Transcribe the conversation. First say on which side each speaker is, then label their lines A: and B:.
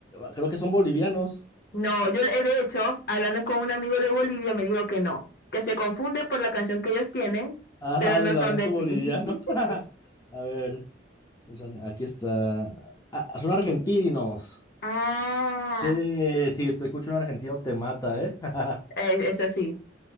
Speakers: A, on the left; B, on the left.
A: creo que son bolivianos.
B: No, yo le- de hecho, hablando con un amigo de Bolivia, me dijo que no, que se confunde por la canción que ellos tienen,
A: Ajá,
B: pero no
A: del
B: son
A: lamento
B: de aquí.
A: boliviano.
B: <laughs>
A: <laughs> A ver, o sea, aquí está. Ah, son argentinos.
B: Ah,
A: Eh, si te escucho un argentino te mata, ¿eh? <laughs>
B: eh, eso sí.